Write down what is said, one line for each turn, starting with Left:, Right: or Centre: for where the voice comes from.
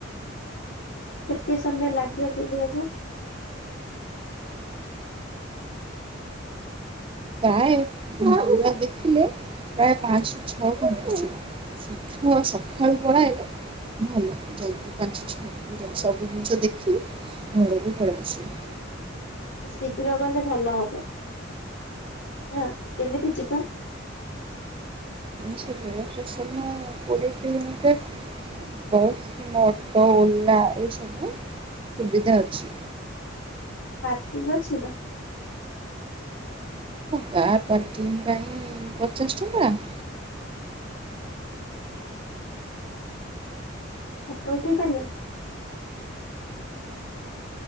Left: କେତେ ସମୟ ଲାଗିବ ବୁଲିବାକୁ।
Right: <inaudible> ହାଏ ଦେଖିଲେ? ପ୍ରାୟ ପାଞ୍ଚରୁ ଛ ଘ ଶ୍ରୀଘ ସକାଳୁ ପଳାଏତ। ଭଲ ଜଲଦି ପାଞ୍ଚ ଛ ସବୁ ଜିନିଷ ଦେଖି ଘରକୁ ପଳେଇ ଆସେ। <inaudible>
Left: ଶୀଘ୍ର ଗଲେ ଭଲ ହବ। ହଁ କେମିତି ଯିବା?
Right: ସେ ରେଳ ଷ୍ଟେସନ କୋଡିଏ କିଲୋ ମିଟର। ବସ୍ କିମ୍ବା ଅଟୋ ଓଲା ଏସବୁ ସୁବିଧା ଅଛି।
Left: ର୍ପାକିଂ ଅଛି ନା?
Right: କାର୍ ପାର୍କିଂ ପାଇଁ ପଚାଶ ଟଙ୍କା। <inaudible>
Left: ଫୋଟ ଉଠେଇ ପାରିବା?